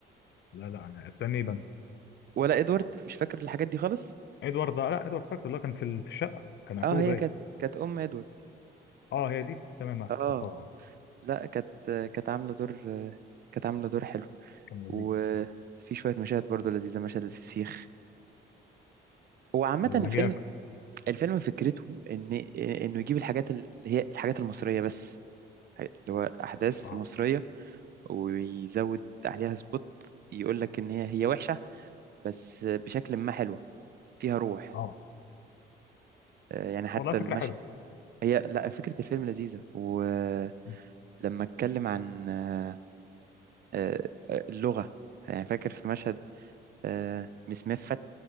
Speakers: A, on the left; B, on the right.
A: لا لا انا استني بنسى
B: ولا ادوارد
A: بصراحه
B: مش فاكر الحاجات دي خالص
A: ادوارد ده لا ادوارد فاكر اللي هو كان في ال- في الشقه كان اخوه
B: اه هي
A: باين
B: كانت كانت ام ادوارد
A: اه هي دي تمام أنا
B: اه
A: افتكرتها اه
B: لا كانت كانت عاملة دور كانت عاملة دور حلو
A: كان لذيذ
B: وفي شوية مشاهد برضو لذيذة مشهد الفسيخ هو عامة
A: لما
B: الفيلم
A: جه ياكل
B: الفيلم فكرته ان انه يجيب الحاجات اللي هي الحاجات المصريه بس اللي هو احداث
A: اه
B: مصريه ويزود عليها سبوت يقول لك ان هي هي وحشه بس بشكل ما حلوه فيها روح
A: اه
B: آه، يعني حتى
A: والله فكره
B: المشهد
A: حلوه
B: هي لا فكره الفيلم لذيذه ولما
A: مم.
B: اتكلم عن آه، آه، اللغه يعني فاكر في مشهد آه، مسمفت